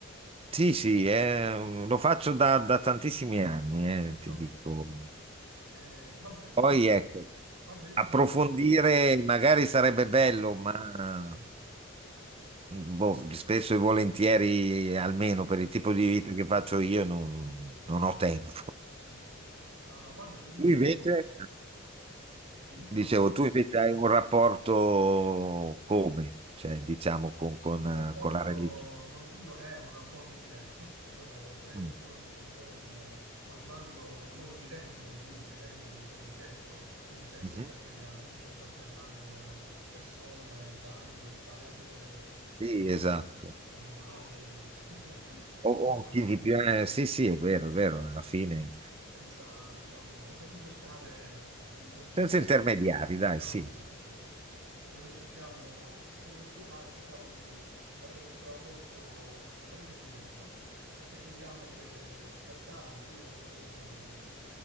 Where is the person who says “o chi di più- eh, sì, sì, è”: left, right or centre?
Right